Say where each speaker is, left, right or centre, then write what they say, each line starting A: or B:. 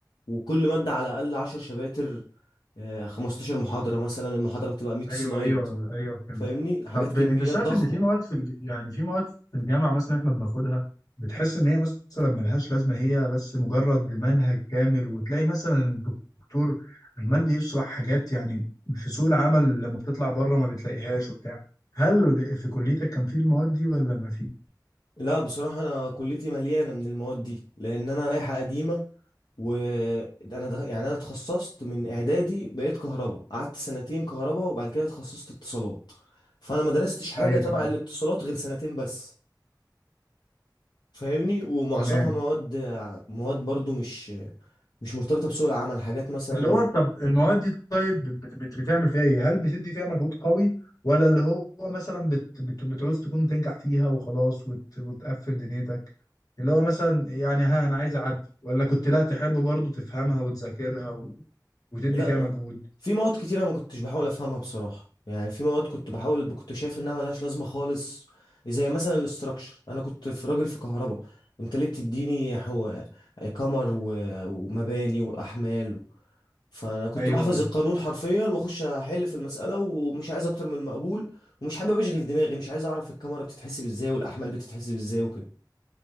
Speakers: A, on the left; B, on the left.
A: وكل مادة على الأقل 10 شباتر آه، 15 محاضرة مثلا المحاضرة بتبقى 100
B: ايوه
A: سلايد
B: ايوه ايوه فهمت
A: فاهمني حاجات
B: طب
A: كميات
B: انت شايف
A: ضخمة
B: ان في مواد في الج... يعني في مواد في الجامعه مثلا احنا بناخدها بتحس ان هي مثلا ملهاش لازمه هي بس مجرد منهج كامل وتلاقي مثلا الدكتور عمال بيشرح حاجات يعني في سوق العمل لما بتطلع بره ما بتلاقيهاش وبتاع هل في كليتك كان في المواد دي ولا ما في؟
A: لا بصراحة أنا كليتي مليانة من المواد دي لأن أنا لائحة قديمة وانا دخ... يعني انا اتخصصت من اعدادي بقيت كهرباء قعدت سنتين كهرباء وبعد كده اتخصصت اتصالات فانا ما درستش حاجه
B: ايوه
A: تبع
B: تمام
A: الاتصالات غير سنتين بس فاهمني ومعظمها
B: تمام
A: مواد مواد برضو مش مش مرتبطه بسوق العمل حاجات مثلا
B: اللي هو طب المواد دي طيب بت- بت- بتعمل فيها ايه؟ هل بتدي فيها مجهود قوي ولا اللي هو مثلا بت بت بتعوز تكون تنجح فيها وخلاص وت وتقفل دنيتك؟ اللي هو مثلا يعني ها انا عايز اعدي ولا كنت لا تحب برضو تفهمها وتذاكرها و- وتدي
A: لا
B: فيها مجهود؟
A: في مواد كتير انا ما كنتش بحاول افهمها بصراحه يعني في مواد كنت بحاول كنت شايف انها ملهاش لازمه خالص زي مثلا الاستراكشر انا كنت في راجل في كهرباء انت ليه بتديني حو... قمر و... ومباني واحمال فانا كنت
B: ايوه
A: بحفظ
B: اه
A: القانون حرفيا واخش احل في المساله ومش عايز اكتر من مقبول ومش حابب اشغل دماغي مش عايز اعرف الكاميرا بتتحسب ازاي والاحمال بتتحسب ازاي وكده